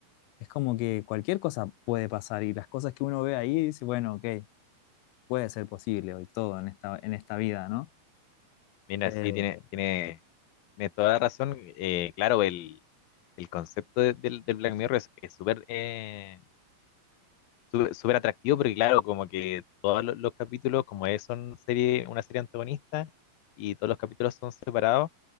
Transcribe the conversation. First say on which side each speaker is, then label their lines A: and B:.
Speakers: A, on the left; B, on the left.
A: es como que cualquier cosa puede pasar y las cosas que uno ve ahí dice, bueno, ok, puede ser posible hoy todo en esta, en esta vida, ¿no?
B: mira,
A: Eh,
B: sí, tiene, tiene, tiene toda la razón. Eh, claro, el, el concepto de- del, del Black Mirror es es súper eh, súper súper atractivo, porque claro, como que todos los, los capítulos, como es son serie, una serie antagonista, y todos los capítulos son separados